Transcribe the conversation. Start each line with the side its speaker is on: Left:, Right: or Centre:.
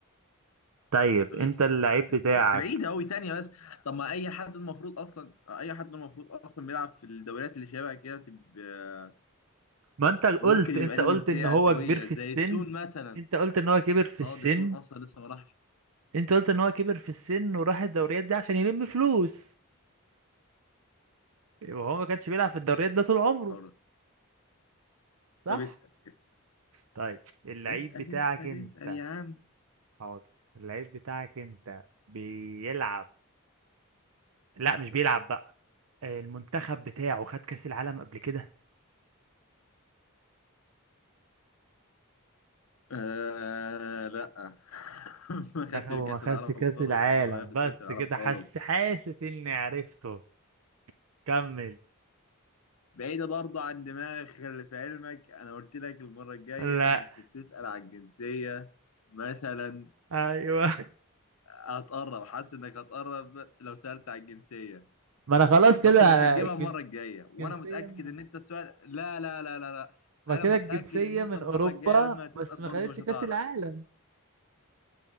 Right: طيب
Left: طب
Right: انت
Left: اسأل
Right: اللعيب بتاعك
Left: بس بعيد أوي ثانية بس طب ما أي حد المفروض أصلا أي حد المفروض أصلا بيلعب في الدوريات اللي شبه كده تبقى
Right: ما انت قلت
Left: ممكن يبقى
Right: انت
Left: ليه
Right: قلت
Left: جنسية
Right: ان هو
Left: آسيوية
Right: كبير في
Left: زي
Right: السن
Left: السون مثلا
Right: انت قلت ان هو كبر في السن
Left: اه ده سون أصلا لسه ما راحش
Right: انت قلت ان هو كبر في السن وراح الدوريات دي عشان يلم فلوس يبقى هو ما كانش بيلعب في الدوريات ده طول عمره
Left: افتكرت
Right: صح
Left: طب اسأل اسأل
Right: طيب اللعيب
Left: اسأل
Right: بتاعك
Left: اسأل
Right: انت
Left: اسأل يا عم
Right: حاضر اللعيب بتاعك انت بيلعب لا مش بيلعب بقى المنتخب بتاعه خد كأس العالم قبل كده
Left: آه لا <laughs> ما خدتش
Right: منتخبه
Left: كأس
Right: ما خدش
Left: العالم
Right: كأس
Left: خالص
Right: العالم
Left: وما عمره هياخد
Right: بس
Left: كأس العالم
Right: كده
Left: خالص
Right: حاسس حاسس اني عرفته كمل
Left: بعيدة برضه عن دماغك خلي في علمك أنا قلت لك المرة الجاية
Right: لا
Left: ممكن تسأل على الجنسية مثلا
Right: ايوه
Left: هتقرب حاسس إنك هتقرب لو سألت على الجنسية
Right: ما انا خلاص
Left: بس
Right: كده
Left: مش
Right: انا
Left: هتجيبها
Right: الجن-
Left: المره الجايه وانا
Right: جنسية
Left: متاكد
Right: من-
Left: ان انت السؤال لا لا لا لا لا
Right: ما
Left: انا
Right: كده
Left: متاكد
Right: الجنسية
Left: ان انت
Right: من
Left: المره
Right: اوروبا
Left: الجايه لما هتسال
Right: بس ما
Left: برضه
Right: خدتش
Left: مش
Right: كاس
Left: هتعرف
Right: العالم